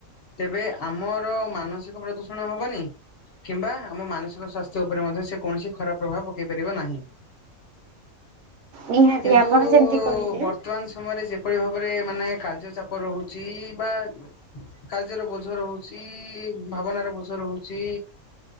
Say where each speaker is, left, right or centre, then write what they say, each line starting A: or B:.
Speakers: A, on the left; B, on the right.
A: ତେବେ ଆମର ମାନସିକ ପ୍ରଦୂଷଣ ହବନି କିମ୍ବା ଆମ ମାନସିକ ସଵାସ୍ଥ୍ୟ ଉପରେ ମଧ୍ୟ ସେ କୌଣସି ଖରାପ ପ୍ରଭାବ ନା
B: ନିହାତି
A: କିନ୍ତୁ
B: ଆପଣ
A: ବର୍
B: ଯେମିତି କହିଲେ
A: ବର୍ତ୍ତମାନ ସମୟରେ ଯେପଳି ଭାବରେ ମାନେ କାର୍ଯ୍ୟ ଚାପ ରହୁଛି ବା କାର୍ଯ୍ୟର ବୋଝ ରହୁଛି ଭାବନାର ବୋଝ ରହୁଛି।